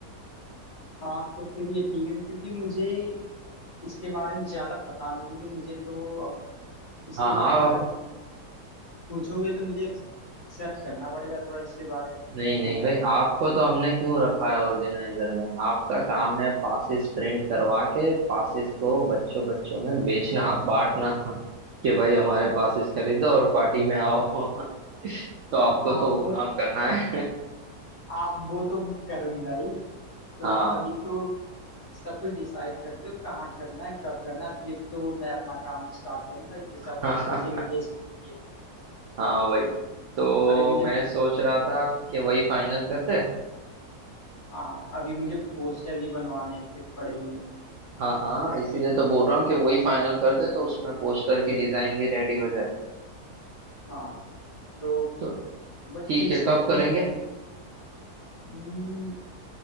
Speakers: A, on the left; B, on the right.
A: हाँ तो फिर ये ठीक है क्योंकि मुझे इसके बारे में ज्यादा पता नहीं है मुझे तो अब इसके
B: हाँ
A: बारे
B: हाँ
A: में अगर पूछोगे तो मुझे सर्च करना पड़ेगा थोड़ा इसके बारे में
B: नहीं
A: तो
B: नहीं
A: मैं
B: भाई
A: फिर
B: आपको तो हमने क्यों रखा है ऑर्गेनाइजर में आपका काम है पासिस प्रिंट करवा के पासिस को बच्चों बच्चों में बेचना बांटना कि भाई हमारे पासिस खरीदो और पार्टी में आओ <laughs> तो आपको तो
A: आप
B: वो
A: बहुत
B: काम करना है <laughs>
A: आप वो तो करूंगा ही तो
B: हाँ
A: अभी तो सब कुछ डिसाइड कर लो कहाँ करना है कब करना है फिर तो मैं अपना काम स्टार्ट करूंगा ये सब
B: हाँ
A: इनविटेशन के लिए
B: हाँ भाई तो
A: अभी मुझे
B: मैं सोच रहा था कि वही फाइनल करते
A: हाँ अभी मुझे पोस्टर भी बनवाने हैं, फिर पड़ेंगे
B: हाँ हाँ इसीलिए
A: ठीक,
B: तो बोल रहा हूँ कि वही फाइनल करते तो उसमें पोस्टर की डिजाइन भी रेडी हो जाए
A: हाँ तो
B: तो
A: वही
B: ठीक
A: फिक्स
B: है
A: करते
B: कब करेंगे
A: हैं हम्म,